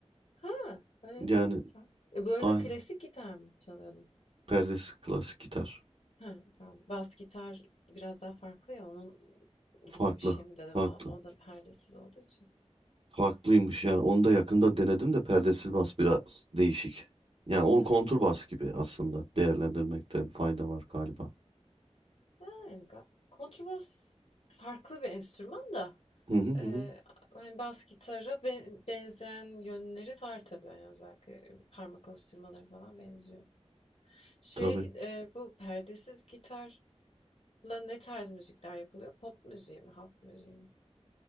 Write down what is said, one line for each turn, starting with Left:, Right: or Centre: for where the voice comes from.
Left: Ha, öyle
Right: Yani
Left: mi? Süper. E, bu arada
Right: aynı.
Left: klasik gitar mı çalıyordun?
Right: perdesi klasik gitar.
Left: Ha, tamam. Bas gitar biraz daha farklı ya onun
Right: Farklı.
Left: gibi bir şey mi dedim
Right: Farklı.
Left: ama o da perdesiz olduğu için.
Right: Farklıymış yani. Onu da yakında denedim de perdesiz bas biraz değişik. Yani onu
Left: Hı hı.
Right: kontur bas gibi aslında değerlendirmekte fayda var galiba.
Left: Yani ga- kontrbas farklı bir enstrüman da
Right: Hı hı hı.
Left: Eee,
Right: hı.
Left: hani bas gitara ben- benzeyen yönleri var tabii hani özellikle parmak alıştırmaları falan benziyor. Şey
Right: Tabii.
Left: eee, bu perdesiz gitarla ne tarz müzikler yapılıyor? Pop müziği mi, halk müziği mi?